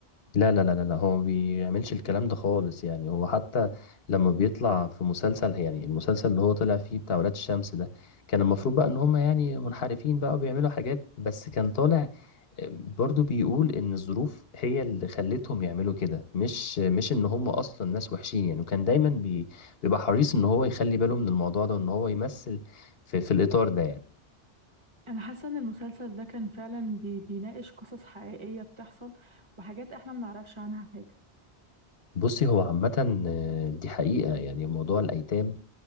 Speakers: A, on the left (about 65°); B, on the right (about 25°).
A: لا لا لا لا لا، هو ما بيعملش الكلام ده خالص يعني هو حتى لما بيطلع في مسلسل يعني المسلسل اللي هو طلع فيه بتاع ولاد الشمس ده كان المفروض بقى ان هم يعني منحرفين بقى وبيعملوا حاجات بس كان طالع آه، برضو بيقول ان الظروف هي اللي خلتهم يعملوا كده مش مش ان هم اصلا ناس وحشين يعني وكان دايما بي بيبقى حريص ان هو يخلي باله من الموضوع ده وان هو يمثل في, في الاطار ده يعني
B: انا حاسه ان المسلسل ده كان فعلا بي بيناقش قصص حقيقيه بتحصل وحاجات احنا ما نعرفش عنها حاجه
A: بصي هو عامة آه، دي حقيقة يعني موضوع الأيتام